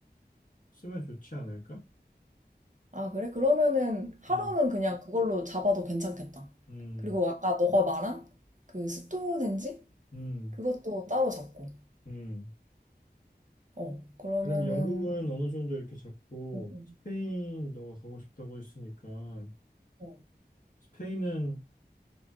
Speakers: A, on the left (about 50°); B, on the right (about 45°).
A: 쓰면 좋지 않을까?
B: 아, 그래? 그러면은 하루는
A: 음,
B: 그냥 그걸로 잡아도 괜찮겠다.
A: 음,
B: 그리고 아까 너가 말한 그 스톤헨지?
A: 음,
B: 그것도 따로 잡고.
A: 음.
B: 어, 그러면은
A: 그럼 영국은 어느 정도 이렇게 잡고
B: 응, 응,
A: 스페인 너가 가고 싶다고 했으니까
B: 어.
A: 스페인은